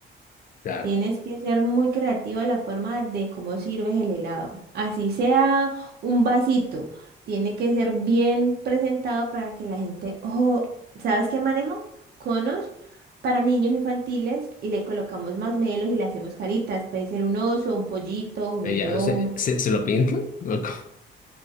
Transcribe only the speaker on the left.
claro.
Eh, Ya,
o sea, ¿se, se lo pintan? ¿O cómo?